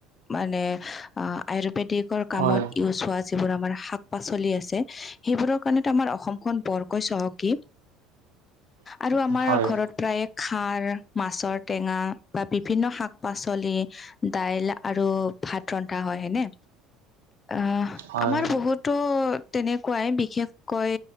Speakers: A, on the left; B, on the right.
A: মানে আহ আয়ুৰ্বেদিকৰ
B: হয়
A: কামত ইউজ হোৱা যিবোৰ আমাৰ শাক- পাচলি আছে, সেইবোৰৰ কাৰণেটো আমাৰ অসমখন বৰকৈ চহকী। আৰু আমাৰ
B: হয়
A: ঘৰত প্ৰায়- খাৰ, মাছৰ টেঙা, বা বিভিন্ন শাক-পাচলি- দাইল আৰু ভাত ৰন্ধা হয় নে। আহ
B: হয়
A: আমাৰ বহুত- তো তেনেকুৱাই বিশেষকৈ